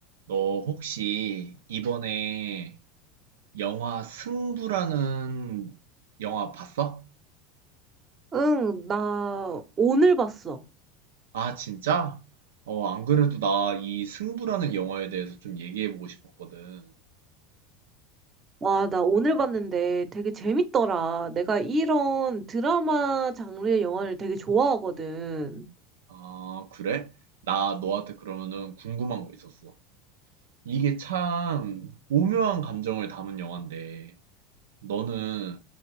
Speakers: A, on the right (about 80°); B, on the right (about 30°).
A: 너 혹시 이번에 영화 승부라는 영화 봤어?
B: 응, 나 오늘 봤어.
A: 아, 진짜? 어, 안 그래도 나 이 승부라는 영화에 대해서 좀 얘기해보고 싶었거든.
B: 와, 나 오늘 봤는데 되게 재밌더라. 내가 이런 드라마 장르의 영화를 되게 좋아하거든.
A: 아, 그래? 나 너한테 그러면은 궁금한 거 있었어. 이게 참 오묘한 감정을 담은 영화인데, 너는